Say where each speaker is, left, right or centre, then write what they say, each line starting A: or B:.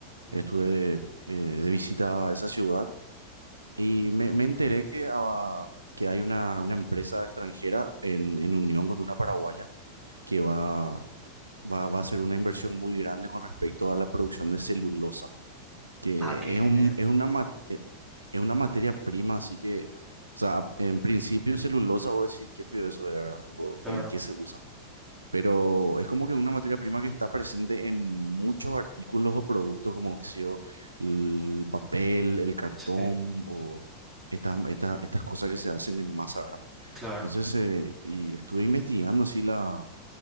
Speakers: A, on the right; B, on the right.
A: Ujú.
B: estuve eh, de visita a esa ciudad y me, me enteré que, ah, que hay una, una empresa extranjera en, en unión con una paraguaya que va, va, va a hacer una inversión muy grande con respecto a la producción de celulosa que
A: Ah, qué genial.
B: es un, es una, ma- eh, es una materia prima, así que, o sea, a- en principio celulosa, vos decís, qué pío eso es, ¿verdad? Tipo,
A: Claro,
B: ¿de en qué se usa? Pero es como que una materia prima que está presente en muchos artículos o productos, como, qué sé yo, el papel, el cartón
A: sí,
B: o estas, estas, estas cosas que se hacen en masa, ¿verdad?
A: claro.
B: Entonces, eh, y estuve investigando así la